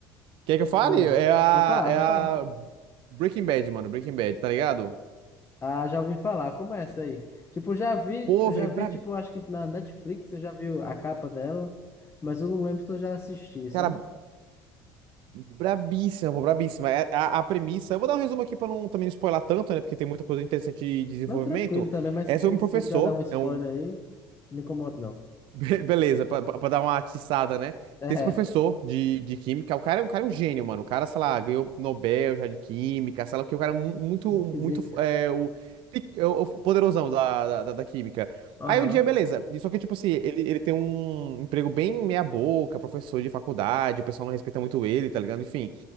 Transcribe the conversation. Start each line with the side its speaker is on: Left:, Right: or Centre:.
Right: Quer que eu fale?
Left: qual é?
Right: É a,
Left: Vou falar,
Right: é
Left: vou
Right: a
Left: falar.
Right: Breaking Bad, mano. Breaking Bad, tá ligado?
Left: Ah, já ouvi falar. Como é essa aí? Tipo, já vi,
Right: Pô,
Left: eu
Right: velho,
Left: já vi,
Right: bra...
Left: tipo, acho que na Netflix eu já vi a capa dela, mas eu não lembro se eu já assisti, sabe?
Right: cara, Brabíssima, pô, brabíssima. É, A, a premissa, eu vou dar um resumo aqui para não também não spoiler tanto, né? Porque tem muita coisa interessante de desenvolvimento.
Left: Mas tranquilo também, mas
Right: É
Left: se,
Right: sobre
Left: quis-
Right: um professor,
Left: se quiser dar um spoiler
Right: é um.
Left: aí, não me incomoda não.
Right: <laughs> be- Beleza, para dar uma atiçada, né?
Left: <laughs> É,
Right: Tem esse professor de, de química, o cara, é um cara é um gênio, mano. O cara, sei lá, ganhou Nobel já de química, sei lá o que, o cara é mu- muito,
Left: que
Right: muito,
Left: zica.
Right: é, o, pi- é o o poderosão da, da, da- da química.
Left: Aham,
Right: Aí um dia, beleza. E Só que, tipo assim, ele, ele tem um emprego bem meia boca, professor de faculdade, o pessoal não respeita muito ele, tá ligado? Enfim